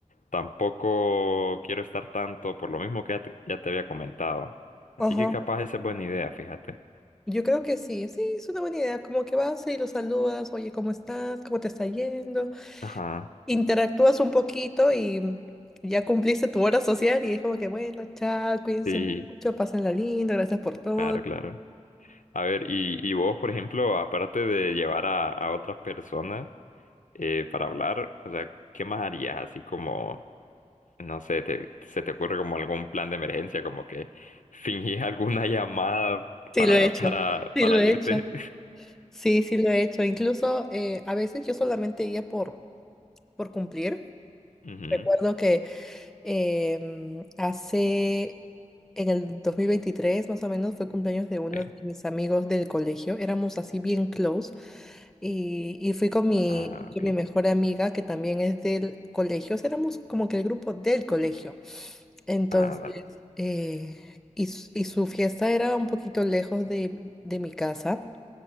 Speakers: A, on the left; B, in the centre.
A: tampoco quiero estar tanto por lo mismo que ya te, ya te había comentado. Así
B: Ajá.
A: que capaz esa es buena idea, fíjate.
B: Yo creo que sí, sí, es una buena idea. Como que vas y los saludas, oye, ¿cómo estás? ¿Cómo te está yendo?
A: Ajá,
B: Interactúas un poquito y ya cumpliste tu hora social y es como que, bueno, chao, cuídense
A: sí,
B: mucho, pásenla lindo, gracias por todo.
A: claro, claro. A ver, y, y vos, por ejemplo, aparte de llevar a, a otras personas eh, para hablar, o sea, ¿qué más harías? Así como... No sé, te- ¿se te ocurre como algún plan de emergencia, como que fingís <laughs> alguna llamada
B: Sí,
A: para,
B: lo he hecho.
A: para,
B: Sí,
A: para
B: lo he
A: irte?
B: hecho. Sí, sí, lo he hecho. Incluso eh, a veces yo solamente iba por, por cumplir.
A: <laughs> Ujú,
B: Recuerdo que Em, hace, en el 2023 más o menos, fue cumpleaños de uno
A: sí.
B: de mis amigos del colegio. Éramos así bien close. Y, y fui con mi,
A: Ah,
B: con
A: ok.
B: mi mejor amiga, que también es del colegio. O sea, éramos como que el grupo del colegio. Entonces,
A: Ah, vale.
B: eh, y, su y su fiesta era un poquito lejos de, de mi casa.